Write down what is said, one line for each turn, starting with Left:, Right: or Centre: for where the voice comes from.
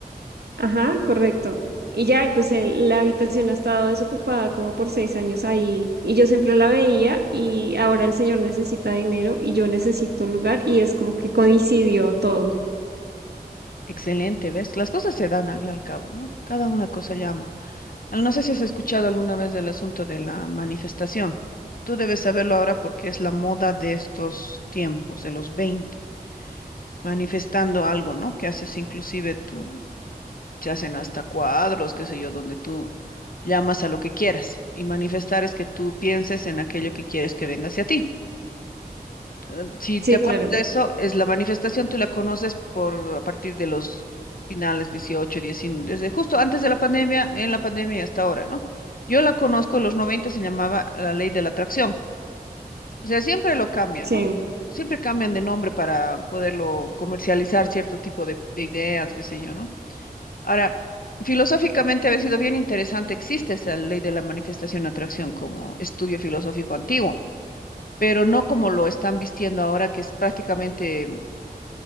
Right: ajá, correcto. Y ya, y pues el- la habitación ha estado desocupada como por seis años ahí y yo siempre la veía y ahora el señor necesita dinero y yo necesito un lugar y es como que coincidió todo.
Left: Excelente, ¿ves? Las cosas se dan al fin y al cabo, ¿no? Cada una cosa llama. Al- No sé si has escuchado alguna vez del asunto de la manifestación. Tú debes saberlo ahora porque es la moda de estos tiempos, de los 20. manifestando algo, ¿no? Que haces inclusive tú, se hacen hasta cuadros, qué sé yo, donde tú llamas a lo que quieras. Y manifestar es que tú pienses en aquello que quieres que venga hacia ti. Eh, Si
Right: Sí,
Left: te acuerdas
Right: claro,
Left: de eso, es la manifestación, tú la conoces por a partir de los finales 18 19, desde justo antes de la pandemia, en la pandemia y hasta ahora, ¿no? Yo la conozco en los noventa se llamaba la ley de la atracción. O sea, siempre lo cambian,
Right: sí,
Left: ¿no? Siempre cambian de nombre para poderlo comercializar cierto tipo de, de ideas, qué sé yo, ¿no? Ahora, filosóficamente había sido bien interesante, existe esa ley de la manifestación atracción como estudio filosófico antiguo, pero no como lo están vistiendo ahora, que es prácticamente